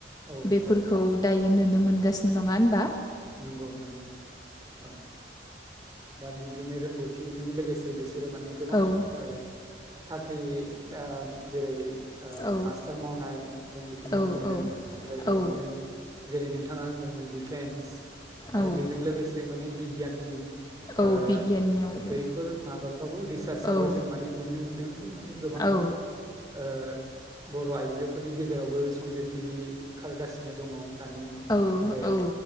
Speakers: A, on the right; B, on the left.
A: औ
B: बेफोरखौ
A: औ
B: दायो। नुनो मोनगासिनो नङा होनबा।
A: नंगौ नंगौ नोंथां औ। दा बिब्दिनो रोंगौथिजों लोगोसे बेसे बिसोरो माने गोबां
B: औ
A: ओ साख्रि दा जेरै ओ
B: औ
A: मास्टार मावनाय जों बेखौ नुनो
B: औ
A: मोनदों ओमफ्राय बिब्दिनो
B: औ
A: जेरै नों बिथाङा होन्दोंमोन डिफेन्स आरो
B: औ
A: बेजों लोगोसे माने बिगियाननि ओ
B: औ बिगियाननियावबो
A: बैफोर माबाफ्रावबो रिसार्चावबो
B: औ
A: जों माने नुनो मोनदों जे माने गोबां
B: औ
A: ओ बर' आइजोफोरनि गेजेरावबो संजिरगिरि ओंखारगासिनो दङ। दानि
B: औ
A: मुगायाव।
B: औ